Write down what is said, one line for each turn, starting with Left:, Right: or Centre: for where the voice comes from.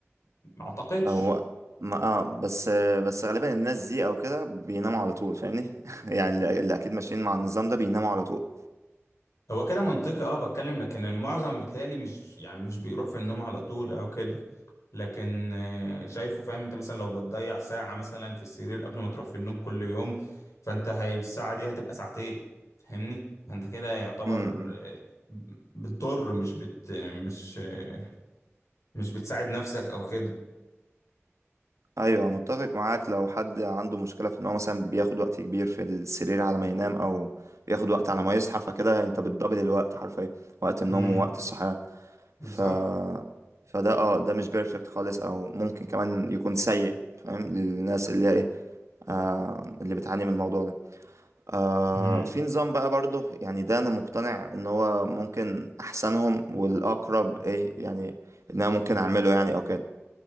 Left: ما اعتقدش
Right: هو ما اه بس بس غالبا الناس دي او كده بيناموا على طول فاهمني <laughs> يعني اللي اللي اكيد ماشيين مع النظام ده بيناموا على طول
Left: هو كده منطقي اه بتكلم لكن المعظم بيتهيألي مش يعني مش بيروح في النوم على طول او كده لكن آه، شايفه فاهم انت مثلا لو بتضيع ساعة مثلا في السرير قبل ما تروح في النوم كل يوم فانت هي الساعة دي هتبقى ساعتين فاهمني فانت كده يعتبر
Right: م- م.
Left: آه، بتضر مش بت مش آه، مش بتساعد نفسك او كده
Right: ايوه متفق معاك لو حد عنده مشكله في ان هو مثلا بياخد وقت كبير في السرير على ما ينام او بياخد وقت على ما يصحى فكده انت بتدبل الوقت حرفيا وقت النوم
Left: امم
Right: ووقت الصحيان
Left: بالظبط
Right: ف فده اه ده مش بيرفكت خالص او ممكن كمان يكون سيء فاهم للناس اللي هي ايه آه اللي بتعاني من الموضوع ده آه
Left: امم
Right: في نظام بقى برضه يعني ده انا مقتنع ان هو ممكن احسنهم والاقرب ايه يعني ان انا ممكن اعمله يعني او كده